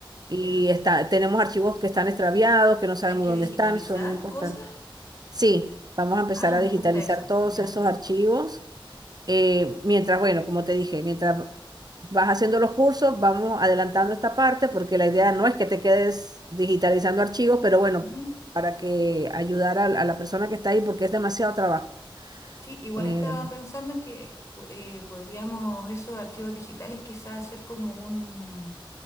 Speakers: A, on the right; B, on the left.
A: y
B: Ya.
A: está, tenemos archivos que están extraviados, que no sabemos
B: Hay que
A: dónde
B: digitalizar
A: están, son muy importantes.
B: cosas.
A: Sí, vamos a empezar
B: Ah, me
A: a digitalizar
B: gusta eso.
A: todos
B: Ya.
A: esos archivos eh, mientras, bueno, como te dije, mientras vas haciendo los cursos, vamos adelantando esta parte porque la idea no es que te quedes digitalizando archivos, pero bueno,
B: Ujú.
A: para que ayudar a, a la persona que está ahí porque es demasiado trabajo.
B: Sí, igual
A: Eh,
B: estaba pensando que po- eh, podríamos esos archivos digitales quizás hacer como un,